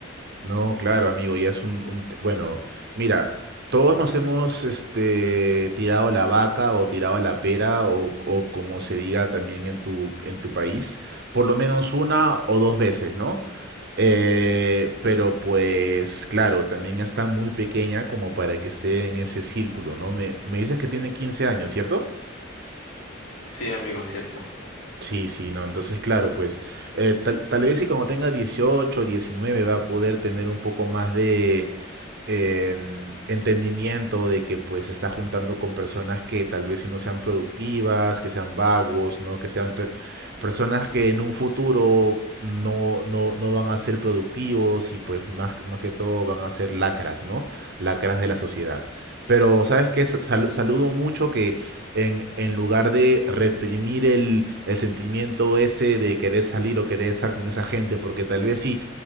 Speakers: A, on the right; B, on the left.
A: No, claro, amigo, ya es un, un te- Bueno, mira, todos nos hemos este, tirado la vaca o tirado la pera o, o como se diga también en tu, en tu país, por lo menos una o dos veces, ¿no? Eh, pero pues, claro, también está muy pequeña como para que esté en ese círculo, ¿no? Me, me dices que tiene 15 años, ¿cierto?
B: Sí, amigo, cierto.
A: Sí, sí, no, entonces claro, pues eh, tal, tal vez si cuando tenga 18, 19 va a poder tener un poco más de eh, entendimiento de que pues se está juntando con personas que tal vez si no sean productivas, que sean vagos, ¿no? Que sean per- personas que en un futuro no, no, no van a ser productivos y pues más, más que todo van a ser lacras, ¿no? Lacras de la sociedad. Pero, ¿sabes qué? Sal- saludo mucho que en, en lugar de reprimir el, el sentimiento ese de querer salir o querer estar con esa gente, porque tal vez sí,